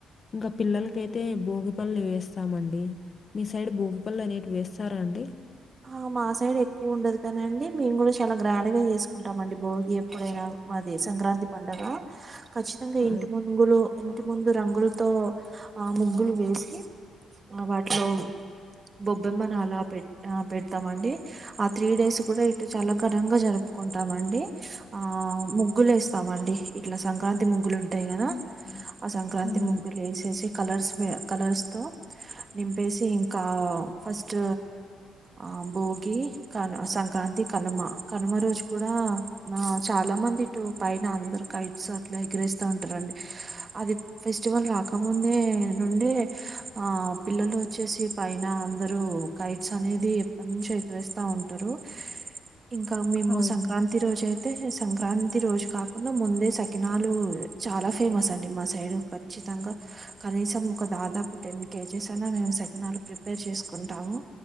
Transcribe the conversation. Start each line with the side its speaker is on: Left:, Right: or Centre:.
Left: ఇంకా పిల్లలకయితే భోగి పళ్ళు వేస్తామండి మీ సైడ్ భోగిపళ్ళ అనేవి వేస్తారా అండి
Right: ఆ మా సైడ్ ఎక్కువ ఉండదు కానండి మేము కూడా చాలా గ్రాండ్ గా చేసుకుంటాంమండి భోగి ఎప్పుడైనా మాది సంక్రాంతి పండగ ఖచ్చితంగా
Left: ఆ!
Right: ఇంటి ముగులు ఇంటి ముందు రంగులతో ఆ ముగ్గులు వేసి వాటిలో బొబ్బెమ్మని అలా పెట్ ఆ పెడతామండి ఆ త్రీ డేస్ కూడా ఇటు చాలా ఘనంగా జరుపుకుంటామండి ఆ ఆ ముగ్గులు వేస్తామ అండి ఇట్లా సంక్రాంతి ముగ్గులు ఉంటా ట్టా కదా
Left: హ్మ్.
Right: ఆ సంక్రాంతి
Left: హ్మ్.
Right: ముగ్గులు వేసేసి కలర్స్ కలర్స్ తో నింపేసి ఇంకా ఫస్ట్ ఆ భోగి కను సంక్రాంతి కనుమ కనుమ రోజు కూడా నా చాలా మంది ఇటు పైన అందరు కైట్స్ అట్లా ఎగిరేస్తా ఉంటారండి అది ఫెస్టివల్ రాకముందే నుండే ఆ పిల్లలు వచ్చేసి పైన అందరూ అనేది ఎప్పటి నుంచి ఎగరేస్తా ఉంటారు ఇంకా మేము
Left: అవును.
Right: సంక్రాంతి రోజు అయితే అయితే సంక్రాంతి రోజు కాకుండా ముందే సకినాలు చాలా ఫేమస్ అండి మా సైడ్ వచ్చి ఖచ్చితంగా కనీసం ఒక దాదాపు టెన్ కేజెస్ అయినా మేము సకినాలు ప్రిపేర్ చేసుకుంటాము